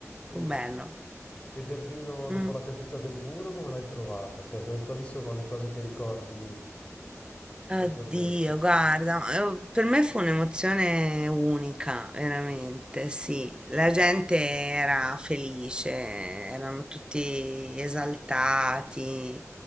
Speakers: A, on the right (about 15°); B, on the left (about 25°).
A: fu
B: sì.
A: bello.
B: E Berlino dopo
A: Mm.
B: la caduta del muro, come l'hai trovata? Cioè, co- quali sono le cose che ricordi
A: Addio,
B: maggiormente?
A: guarda, eh, per me fu un'emozione unica, veramente, sì. La gente era felice, erano tutti esaltati